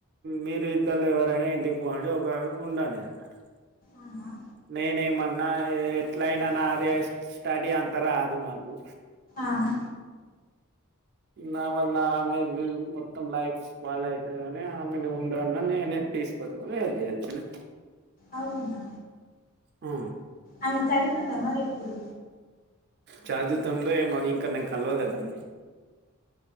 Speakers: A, on the right; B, on the left.
A: మీరు ఇద్దరు ఎవరైనా ఇంటికి పోండి ఒకరు ఉండండి అన్నారు
B: అ
A: నేనేమన్నా ఎట్ల అయినా నాకు స్టడీ అంతా రాదు మాకు
B: ఆహ్హ్
A: నా వల్ల ఆమె మొత్తం లైఫ్ స్పయిల్ అయితదని ఆమెని ఉండు నేనే అక్కడ నుంచి వెల్లి వచ్చినా
B: అవునా
A: ఆ
B: ఆమె చదువుతుందా మరి ఇప్పుడు
A: చదువుతుందో ఏమో ఇంకా నేను కలవలే తనని